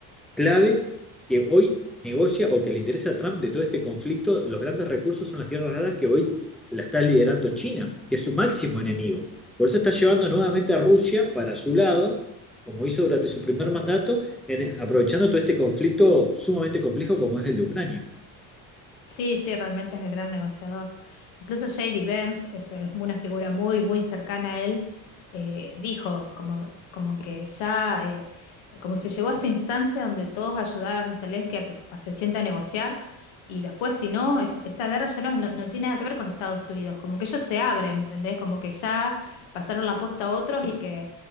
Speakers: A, in the centre; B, on the left (about 75°).
A: clave que hoy negocia o que le interesa a Trump de todo este conflicto, los grandes recursos son las tierras raras que hoy la está liderando China, que es su máximo enemigo. Por eso está llevando nuevamente a Rusia para su lado, como hizo durante su primer mandato, en, aprovechando todo este conflicto sumamente complejo como es el de Ucrania.
B: Sí, sí, realmente es el gran negociador. Incluso J.D. Vance es, eh, una figura muy, muy cercana a él. eh, dijo como, como que ya, eh, como se llegó a esta instancia donde todos ayudaron a Zelensky a que se sienta a negociar y después, si no, est- esta guerra ya no, es- no, no tiene nada que ver con Estados Unidos. Como que ellos se abren, ¿entendés? Como que ya pasaron la posta a otros y que,